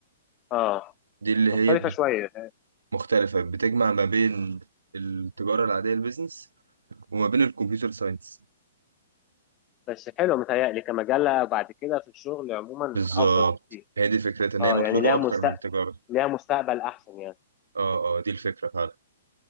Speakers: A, on the left (about 30°); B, on the right (about 75°).
A: اه
B: دي اللي هي
A: مختلفه
B: بت-
A: شويه
B: مختلفة بتجمع ما بين التجارة العادية البيزنس وما بين الكمبيوتر ساينس
A: بس حلو متهيألي كمجال بعد كده في الشغل عموما
B: بالظبط
A: افضل بكتير
B: هي دي فكرتها ان
A: اه
B: هي مطلوبة
A: يعني ليها
B: اكتر
A: مستقبل
B: من التجارة
A: ليها مستقبل احسن يعني
B: اه اه دي الفكرة فعلا